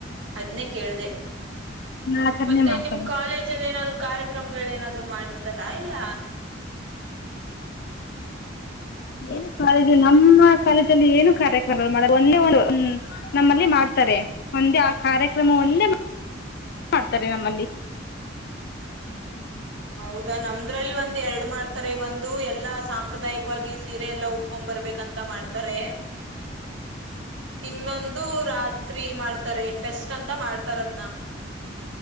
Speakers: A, on the right (about 75°); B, on the left (about 55°).
A: ಅದನೇ ಕೇಳ್ದ
B: ಆತರನೇ
A: ಮತ್ತೆ
B: ಮಾಡ್ತವ್ರೆ
A: ನಿಮ ಕಾಲೇಜ ಅಲ್ಲಿ ಏನಾದ್ರು ಕಾರ್ಯಕ್ರಮಗಳ ಏನಾದ್ರು ಮಾಡಿರ್ತಾರಾ ಇಲ್ಲ
B: ಏನು ಕಾಲೇಜು ನಮ್ಮ ಕಾಲೇಜಲ್ಲಿ ಏನು ಕಾರ್ಯಕ್ರಮಗಳು ಒಂದೆ ಹ್ಮ ನಮ್ಮಲ್ಲಿ ಮಾಡ್ತಾರೆ ಒಂದೇ ಆ ಕಾರ್ಯಕ್ರಮ ಒಂದೆ ಮಾಡ್ತಾರೆ ನಮ್ಮಲ್ಲಿ
A: ಹೌದಾ ನಮ್ದ್ರಲ್ಲಿ ಒಂದ್ ಎರಡು ಮಾಡ್ತಾರೆ ಒಂದು ಎಲ್ಲಾ ಸಾಂಪ್ರದಾಯಿಕವಾಗಿ ಸೀರೆ ಎಲ್ಲಾ ಉಟ್ಕೊಂಡ್ ಬರ್ಬೇಕಂತ ಮಾಡ್ತಾರೆ ಇನ್ನೊಂದು ರಾತ್ರಿ ಮಾಡ್ತಾರೆ ಫೆಸ್ಟ್ ಅಂತ ಮಾಡ್ತಾರ ಅದ್ನ